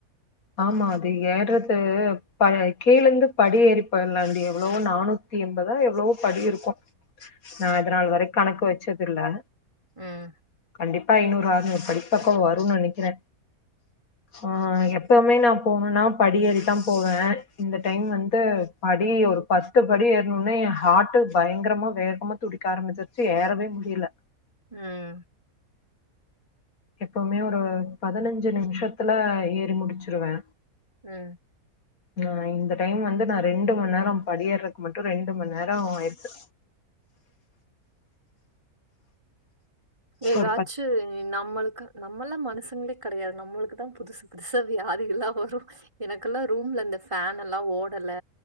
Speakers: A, on the left; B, on the right.
A: ஆமா அது ஏறது ப கீழருந்து படி ஏறி <unintelligible> எவ்வளோ நானூத் தி எம்பதோ எவ்வளவோ படி இருக்கு நா இதனாள் வரை கணக்கு வச்சதில்ல
B: ம்
A: கண்டிப்பா ஐநூறு ஆறுநூரு படிப்பக்கம் வருன்னு நெனைக்கிறே ஆ எப்போவுமே நா போனுன்னா படி ஏறி தா போவே இந்த டைம் வந்து படி ஒரு பத் து படி ஏறுனோனே ஏ ஹார்ட்டு பயங்கரமா வேகமா துடிக்க ஆரம்பிச்சிருச்சு ஏறவே முடியல
B: ம்
A: எப்பவுமே ஒரு பதினஞ்சு நிமிஷத்துல ஏறி முடிச்சிருவே
B: ம்
A: ஆ இந்த டைம் வந்து நா ரெண்டுமண் நேரோ படி ஏறுறதுக்கு மட்டும் ரெண்டுமண் நேரோ ஆயிடுத்து
B: ஏதாச்சு
A: ஒரு பத்
B: நம்மளுக்கு நம்மலாம் மனுசங்களே கெடயாது நம்மளுக்கு தா புதுசு புதுசா வியாதி எல்லா வரும் எனக்கெல்லா ரூம்ல இந்த ஃபேன் எல்லா ஓடல